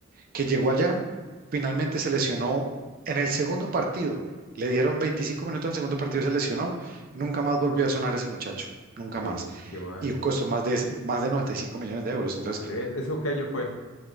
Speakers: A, on the right (about 45°); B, on the left (about 80°).
A: que llegó allá, finalmente se lesionó en el segundo partido. Le dieron 25 minutos en el segundo partido, se lesionó. Nunca más volvió a sonar ese muchacho, nunca
B: ok,
A: más.
B: qué mal.
A: Y costó más de, más de 95 millones de euros.
B: ¿Cómo
A: Entonces
B: crees? ¿Eso qué año fue?